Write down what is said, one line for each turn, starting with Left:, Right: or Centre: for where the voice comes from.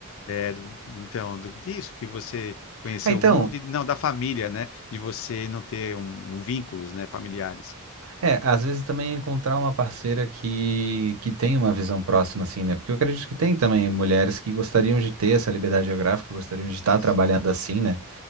Left: É, do- então, do- disso, que você conheceu
Right: É, então,
Left: o mundo, e, não, da família, né? De você não ter um, um vínculos, né, familiares.
Right: é, às vezes também encontrar uma parceira que, que tem uma visão próxima, assim, né? Porque eu acredito que tem também
Left: Ah,
Right: mulheres que gostariam de ter essa liberdade geográfica, gostariam de estar
Left: sim.
Right: trabalhando assim, né?